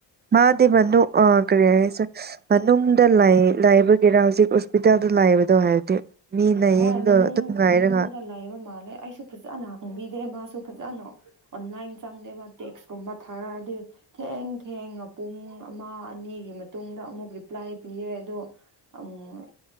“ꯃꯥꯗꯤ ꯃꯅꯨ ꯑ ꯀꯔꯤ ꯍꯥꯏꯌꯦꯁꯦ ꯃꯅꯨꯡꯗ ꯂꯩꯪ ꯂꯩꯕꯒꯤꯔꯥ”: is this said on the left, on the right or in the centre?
Right